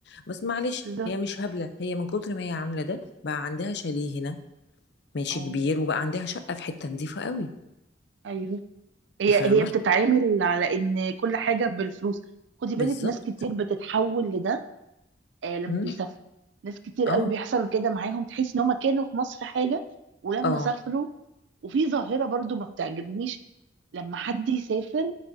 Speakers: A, on the left (about 65°); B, on the right (about 75°).
A: بس معلش
B: بالظبط
A: هي مش هبله هي من كتر ما هي عامله ده بقى عندها شاليه هنا ماشي
B: اه
A: كبير وبقى عندها شقه في حته نظيفه قوي
B: ايوه هي
A: انت فاهمه
B: هي بتتعامل على ان كل حاجه بالفلوس خدي
A: بالظبط
B: بالك ناس كتير بتتحول لده آه لما
A: مم.
B: بيسافروا ناس كتير
A: اه
B: قوي بيحصل كده معاهم تحس ان هم كانوا في مصر حاجه ولما
A: اه
B: سافروا وفي ظاهره برضو ما بتعجبنيش لما حد يسافر